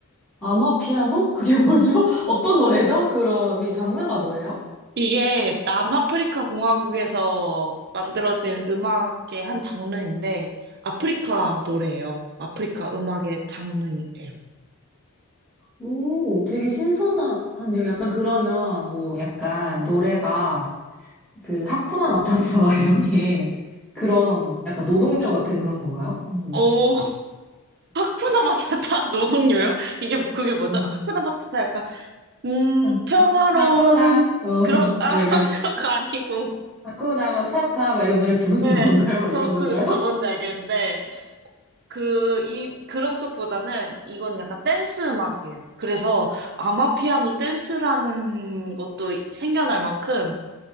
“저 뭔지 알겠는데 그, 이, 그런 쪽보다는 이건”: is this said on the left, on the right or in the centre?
Right